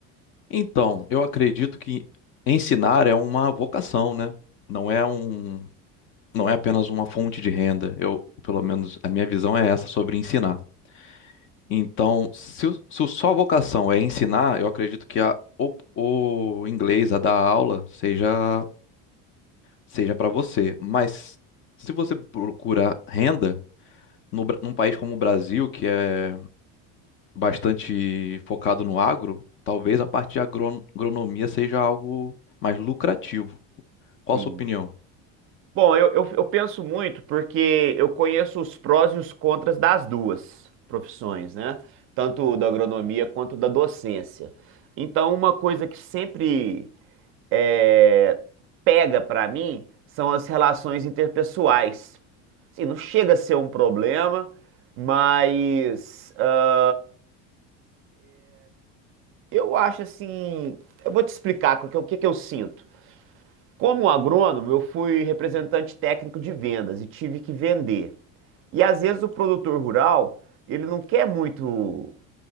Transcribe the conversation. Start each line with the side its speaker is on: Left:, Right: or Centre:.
Left: Então, eu acredito que ensinar é uma vocação, né? Não é um, não é apenas uma fonte de renda. Eu, pelo menos, a minha visão é essa sobre ensinar. Então, se, o- se o só vocação é ensinar, eu acredito que a, o, o inglês, a dar aula, seja, seja para você. Mas se você procura renda no, Bra- num país como o Brasil, que é bastante focado no agro, talvez a parte de agron- agronomia seja algo mais lucrativo. Qual
Right: Sim.
Left: a sua opinião?
Right: Bom, eu, eu, eu penso muito porque eu conheço os prós e os contras das duas profissões, né? Tanto da agronomia quanto da docência. Então, uma coisa que sempre é, pega pra mim são as relações interpessoais. Assim, não chega a ser um problema, mas ah, eu acho assim. Eu vou te explicar o que, o que que eu sinto. Como agrônomo, eu fui representante técnico de vendas e tive que vender. E às vezes o produtor rural, ele não quer muito